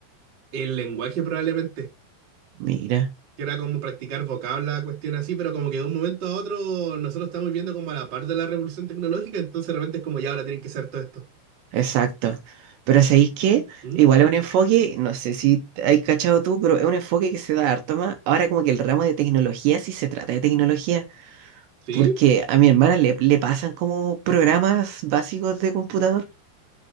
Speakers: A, on the right (about 45°); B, on the right (about 75°).
A: El lenguaje probablemente,
B: Mira,
A: que era como practicar vocabla, cuestión así, pero como que de un momento a otro nosotros estamos viviendo como a la par de la revolución tecnológica, entonces realmente es como ya ahora tienen que hacer todo esto.
B: exacto. Pero ¿sabéis qué?
A: ¿Mm?
B: Igual es un enfoque, no sé si hay cachado tú, pero es un enfoque que se da harto más. Ahora como que el ramo de tecnología sí se trata de tecnología.
A: ¿Sí?
B: Porque a mi hermana le, le pasan como programas básicos de computador,